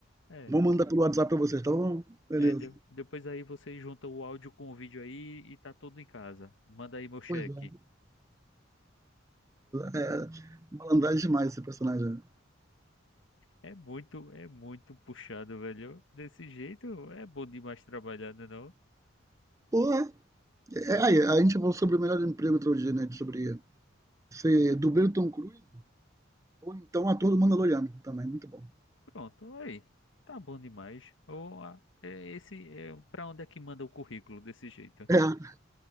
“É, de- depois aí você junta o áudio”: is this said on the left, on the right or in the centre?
Left